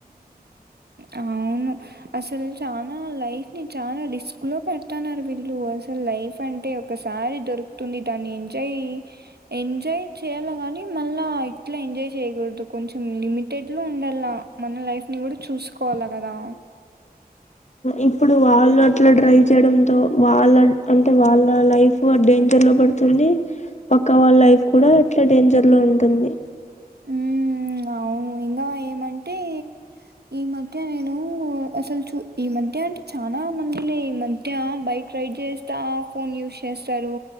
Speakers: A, on the right; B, on the left.
A: అవును అసలు చాలా లైఫ్ ని చాలా రిస్క్ లో పెడతున్నారు వీళ్ళు అసలు లైఫ్ అంటే ఒకసారి దొరుకుతుంది దాన్ని ఎంజాయ్ ఎంజాయ్ చేయాల కాని మళ్ళా ఇట్లా ఎంజాయ్ చేయకూడదు కొంచెం లిమిటెడ్ లో ఉండలా మన లైఫ్ ని కూడా చూసుకోవాలా కదా
B: ఇప్పుడు వాళ్ళు అట్లా డ్రైవ్ చేయడంతో వాళ్ళ అంటే వాళ్ళ లైఫ్ డేంజర్ లో పడుతుంది పక్క వాళ్ళ లైఫ్ కూడా అట్లా డేంజర్ లో ఉంటుంది
A: ఉ అవును ఇంగా ఏమంటే ఈ మధ్య నేను అసలు చూ ఈ మధ్య అంటే చాలా మందిలే ఈ మధ్య బైక్ రైడ్ చేస్తా ఫోన్ యూస్ చేస్తారు